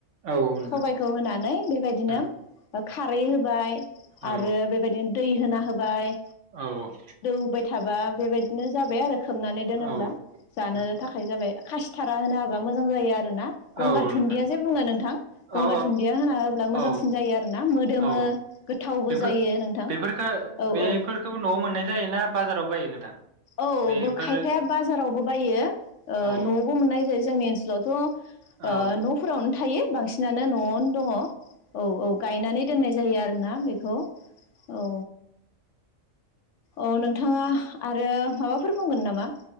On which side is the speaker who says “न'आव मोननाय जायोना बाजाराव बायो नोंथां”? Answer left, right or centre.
Right